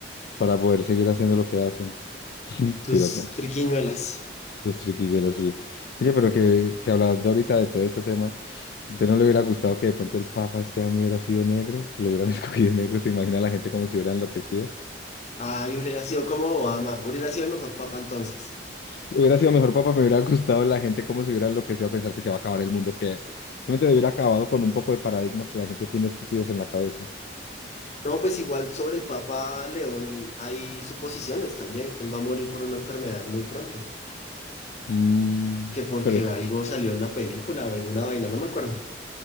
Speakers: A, on the left; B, on the left.
A: para poder seguir haciendo lo que hacen. <laughs>
B: Sus
A: Tirando
B: friquiñuelas.
A: sus triquillos así. Oye, pero que, que hablando ahorita de todo este tema, ¿usted no le hubiera gustado que de pronto el Papa este año hubiera sido negro? Que lo hubieran <laughs> escogido negro, ¿se imagina la gente como si hubiera enloquecido?
B: Ay, hubiera sido como Obama. Hubiera sido el mejor papa entonces.
A: Si hubiera sido mejor Papa, me hubiera gustado la gente como si hubiera enloquecido a pensar que se va a acabar el mundo, que simplemente hubiera acabado con un poco de paradigmas que la gente tiene estúpidos en la cabeza.
B: No, pues igual sobre el papa León hay suposiciones también, que él va a morir por una enfermedad muy pronto.
A: Mm,
B: Que porque
A: pero s-
B: algo salió en una película o alguna vaina, no me acuerdo.